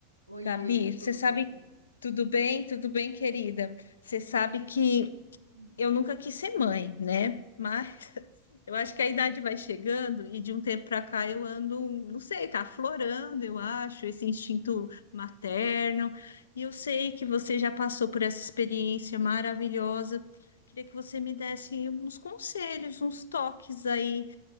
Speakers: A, on the right; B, on the left.
A: Oiê,
B: Gabi, você
A: tudo
B: sabe,
A: bom?
B: tudo bem? Tudo bem, querida? Você sabe que
A: Hum.
B: eu nunca quis ser mãe, né? Mas eu acho que a idade vai chegando e de um tempo para cá eu ando, não sei, tá aflorando, eu acho, esse instinto materno. E eu sei que você já passou por essa experiência maravilhosa. Queria que você me desse uns conselhos, uns toques aí